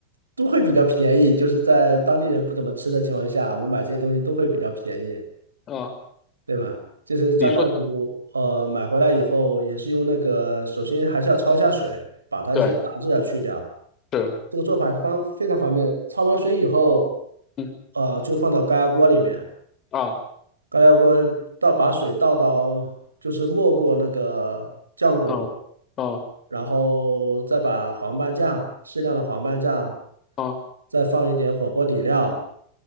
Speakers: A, on the right (about 75°); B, on the left (about 30°).
A: 都会比较便宜，就是在当地人不怎么吃的情况下，我们买这些东西都会比较便宜，
B: 啊！
A: 对吧？就是酱大骨，
B: 你说
A: 呃，买回来以后也是用那个，首先还是要焯一下水，把它一些杂质要去掉。
B: 对，是，
A: 这个做法方非常方便。焯完水以后，
B: 嗯
A: 呃，就放到高压锅里面，
B: 啊
A: 高压锅倒把水倒到，就是没过那个酱骨，
B: 啊啊
A: 然后再把黄斑酱，适量的黄斑酱，
B: 啊！
A: 再放一点火锅底料，